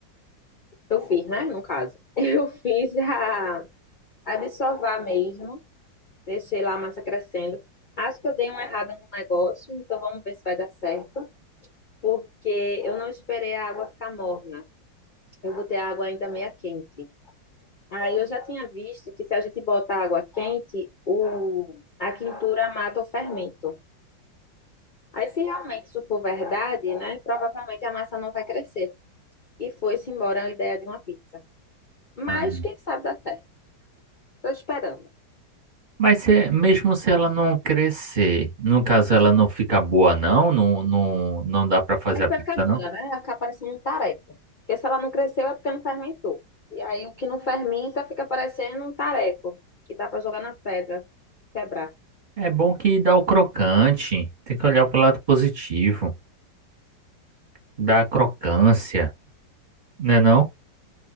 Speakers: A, on the left; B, on the right.
A: Eu fiz, né? No caso. <laughs> Eu fiz a, a de sovar mesmo. Deixei lá a massa crescendo. Acho que eu dei uma errada no negócio, então vamos ver se vai dar certo. Porque eu não esperei a água ficar morna. Eu botei a água ainda meia quente. Aí eu já tinha visto que se a gente bota água quente, o, a quintura mata o fermento. Aí se realmente isso for verdade, né? Provavelmente a massa não vai crescer. e foi-se embora a ideia de uma pizza. Mas
B: Ah,
A: quem sabe dá certo. Tô esperando.
B: mas se, mesmo se ela não crescer, no caso ela não fica boa não, não, não, não dá pra fazer
A: É que
B: a
A: vai
B: pizza
A: ficar dura,
B: não?
A: né? Vai ficar parecendo um tareco. Porque se ela não cresceu é porque não fermentou. E aí o que não fermenta fica parecendo um tareco, que dá pra jogar na pedra, quebrar.
B: É bom que dá o crocante, tem que olhar pelo lado positivo, dá a crocância, né não?